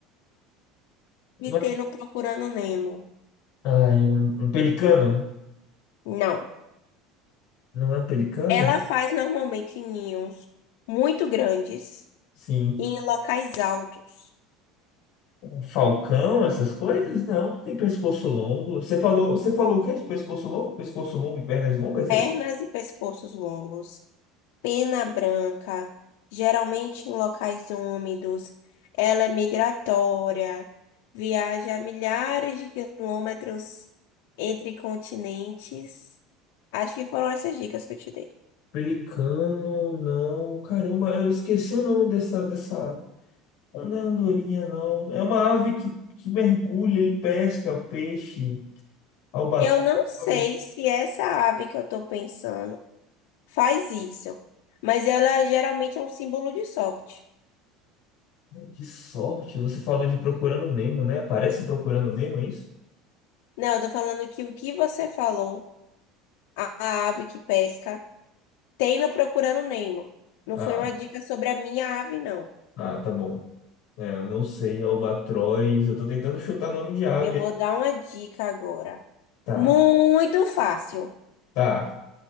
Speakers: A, on the left; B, on the left.
A: Uma-
B: E tem no Procurando Nemo.
A: Ai, um, um pelicano.
B: Não.
A: Não é um pelicano?
B: Ela faz normalmente ninhos muito grandes
A: Sim.
B: e em locais altos.
A: Um falcão, essas coisas? Não, não tem pescoço longo. Você falou, você falou o quê de pescoço longo? Pescoço longo e pernas longas,
B: Pernas
A: é isso?
B: e pescoços longos. Pena branca. Geralmente em locais úmidos. Ela é migratória. Viaja milhares de quilômetros entre continentes. Acho que foram essas dicas que eu te dei.
A: Pelicano, não. Caramba, eu esqueci o nome dessa, dessa... Não é andorinha, não. É uma ave que, que mergulha, ele pesca peixe, albatroz.
B: Eu não sei se essa ave que eu tô pensando faz isso, mas ela geralmente é um símbolo de sorte.
A: Que sorte, você falou de Procurando Nemo, né? Aparece em Procurando Nemo, é isso?
B: Não, eu tô falando que o que você falou, a a ave que pesca, tem no Procurando Nemo. Não
A: Ah.
B: foi uma dica sobre a minha ave, não.
A: Ah, tá bom. É, eu não sei, albatroz. Eu tô tentando chutar nome de ave.
B: Eu vou dar uma dica agora.
A: Tá,
B: Muito fácil,
A: tá.